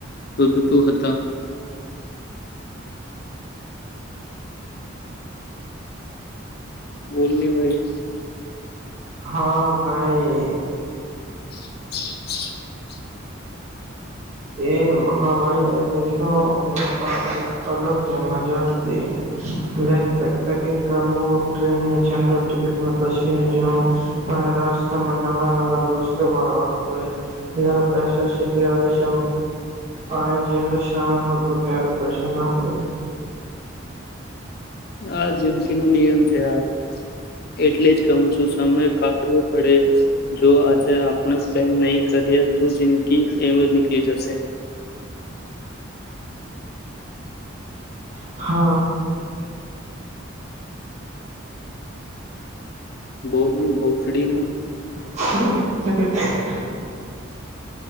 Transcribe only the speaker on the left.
રોધતું હતા. બોલ ની ભાઈ!
<unintelligible>
આ જિંદગી નો નિયમ છે યાર! એટલે જ કહું છું સમય કાઢવો પડે. જો આજે આપણે પ્લેન નહી કરીએ તો જિંદગી એમ જ નીકળી જશે.
બોલની ભોસદીના